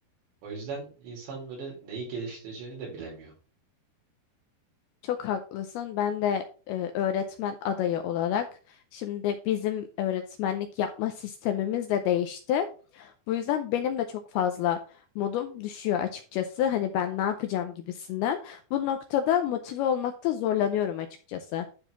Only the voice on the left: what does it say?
Çok haklısın. Ben de e, öğretmen adayı olarak şimdi bizim öğretmenlik yapma sistemimiz de değişti. Bu yüzden benim de çok fazla modum düşüyor açıkçası. Hani ben ne yapacağım gibisinden. Bu noktada motive olmakta zorlanıyorum açıkçası.